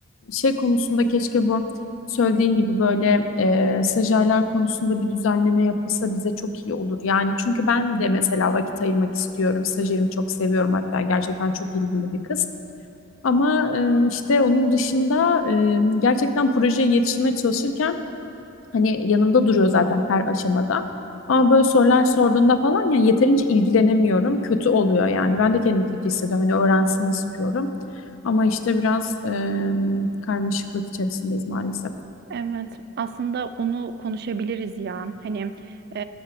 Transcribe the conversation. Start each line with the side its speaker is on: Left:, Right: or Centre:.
Left: Şey konusunda keşke bu söylediğin gibi böyle e, stajyerler konusunda bir düzenleme yapılsa bize çok iyi olur. Yani çünkü ben de mesela vakit ayırmak istiyorum. Stajyerimi çok seviyorum hatta gerçekten çok ilgili bir kız. Ama e, işte onun dışında e, gerçekten projeye yetişmeye çalışırken Hani yanımda duruyor zaten her aşamada. Ama böyle sorular sorduğunda falan yani yeterince ilgilenemiyorum. Kötü oluyor yani. Ben de kendimi kötü hissediyorum. Hani öğrensin istiyorum. Ama işte biraz e, karmaşıklık içerisindeyiz maalesef.
Right: Evet, aslında onu konuşabiliriz ya. Hani e,